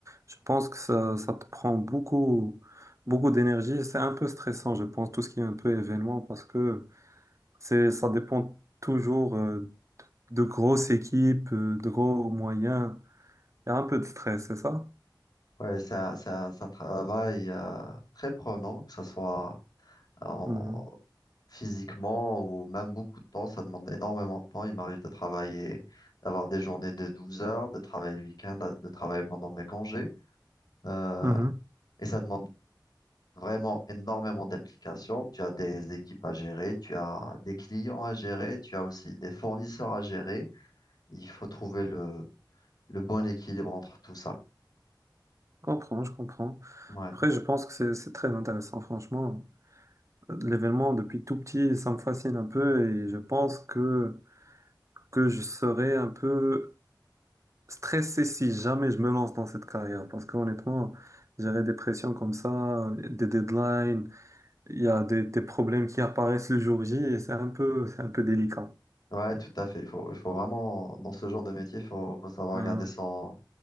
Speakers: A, on the right; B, on the left.
A: je pense que ça, ça te prend beaucoup, beaucoup d'énergie. C'est un peu stressant, je pense, tout ce qui est un peu événement, parce que c'est, ça dépend toujours euh, de grosses équipes, euh, de gros moyens. Il y a un peu de stress, c'est ça?
B: Ouais, c'est un, c'est un- c'est un travail euh, très prenant, que ce soit euh, en-
A: Mhm.
B: physiquement ou même beaucoup de temps. Ça demande énormément de temps. Il m'arrive de travailler, d'avoir des journées de 12 heures, de travailler le week-end, de travailler pendant mes congés. Euh,
A: Mhm.
B: et ça demande vraiment énormément d'implications. Tu as des équipes à gérer, tu as des clients à gérer, tu as aussi des fournisseurs à gérer. Il faut trouver le, le bon équilibre entre tout ça.
A: Je comprends, je comprends.
B: Ouais,
A: Après, je pense que c'est c'est très intéressant, franchement. L'événement, depuis tout petit, ça me fascine un peu et je pense que, que je serais un peu stressé si jamais je me lance dans cette carrière. Parce qu'honnêtement, gérer des pressions comme ça, des deadlines, il y a des, des problèmes qui apparaissent le jour J et c'est un peu, c'est un peu délicat.
B: ouais, tout à fait. Il faut, il faut vraiment, dans ce genre de métier, il faut, faut savoir
A: Mhm.
B: garder son,